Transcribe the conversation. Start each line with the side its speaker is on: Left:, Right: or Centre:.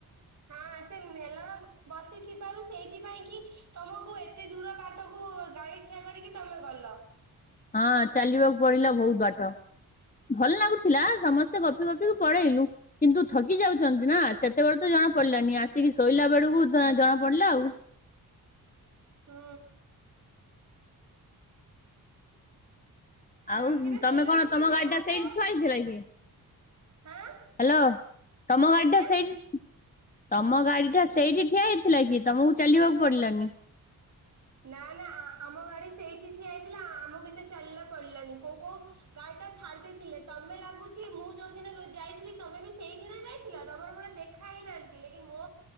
Right: ହଁ ସେ ମେଲଣ ବସିଥିବାରୁ ସେଇଥି ପାଇଁ କି ତମକୁ ଏତେ ଦୂର ବାଟକୁ ଗାଡି ଠିଆ କରିକି ତମେ ଗଲ।
Left: ହଁ ଚାଲିବାକୁ ପଡିଲା ବହୁତ ବାଟ ଭଲ ଲାଗୁଥିଲା ସମସ୍ତେ ଗପି ଗପି କି ପଳେଇଲୁ କିନ୍ତୁ ଥକି ଯାଉଚନ୍ତି ନା ସେତେବେଳେ ତ ଜଣା ପଡିଲାନି ଆସିକି ଶୋଇଲା ବେଳକୁ ଯାହା ଜଣା ପଡିଲା ଆଉ।
Right: ହୁଁ।
Left: ଆଉ
Right: ରାତିରେ
Left: ତମେ
Right: ଶୋଇଲା
Left: କଣ
Right: ବେଳେ ପୁରା
Left: ତମ
Right: ଦେହ
Left: ଗାଡି ଟା
Right: ହାତ
Left: ସେଇଠି ଥୁଆ ହେଇଥିଲା କି?
Right: ହଁ
Left: ହ୍ୟାଲୋ ତମ ଗାଡି
Right: ଆଜ୍ଞା
Left: ଟା ସେଇଠି ତମ ଗାଡି ଟା ସେଇଠି ଠିଆ ହେଇଥିଲା କି ତମକୁ ଚାଲିବାକୁ ପଡିଲାନି?
Right: ନା ନା ଆ ଆମ ଗାଡି ସେଇଠି ଠିଆହେଇଥିଲା ଆ ଆମକୁ ଏତେ ଚାଲା ପଲଲାନି କୋଉ କୋଉ ଗାଡି ଟା ଛାଡି ଦେଇଥିଲେ ତମେ ଲାଗୁଛି ମୁଁ ଯୋଉଦିନ ଯାଇଥିଲି ତମେ ବି ସେଇ ଦିନ ଯାଇଥିଲ ତମର ମୋର ଦେଖା ହେଇ ନାହାନ୍ତି ଲକ ମୋ